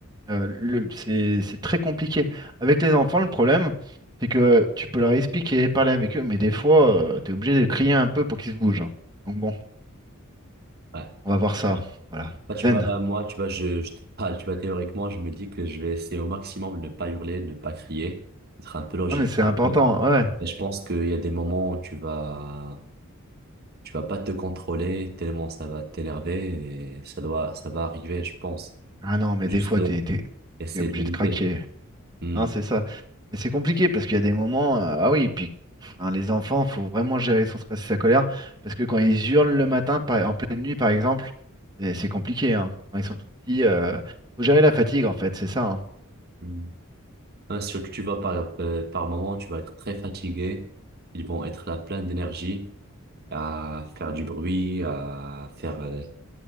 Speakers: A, on the right (about 20°); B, on the right (about 50°).
A: Euh, le- c'est c'est très compliqué. Avec les enfants, le problème, c'est que tu peux leur expliquer, parler avec eux, mais des fois, tu es obligé de crier un peu pour qu'ils se bougent. hein. Donc bon,
B: Ouais.
A: on va voir ça. Voilà.
B: Bah, tu
A: Zen.
B: vois, moi, tu vois, je, je te parle, tu vois, théoriquement, je me dis que je vais essayer au maximum de ne pas hurler, de ne pas crier, d'être un peu logique.
A: Non, mais c'est important.
B: Et
A: hein. Ouais. ouais.
B: je pense qu'il y a des moments où tu vas Tu vas pas te contrôler tellement ça va t'énerver et ça doit, ça va arriver, je pense.
A: Ah non, mais
B: Juste
A: des fois,
B: euh,
A: t'es, t'es,
B: essayer
A: t'es obligé
B: de limiter.
A: de craquer.
B: Hmm.
A: Non, c'est ça. Mais c'est compliqué parce qu'il y a des moments. euh, ah oui, et puis hein, les enfants, faut vraiment gérer son stress et sa colère. Parce que quand ils hurlent le matin, par- en pleine nuit, par exemple, c'est c'est compliqué. hein. Quand ils sont tout petits, euh, faut gérer la fatigue, en fait, c'est ça. hein.
B: Hmm. Hein, surtout, tu vas par, euh, par moment, tu vas être très fatigué. Ils vont être là plein d'énergie à faire du bruit, à faire, euh,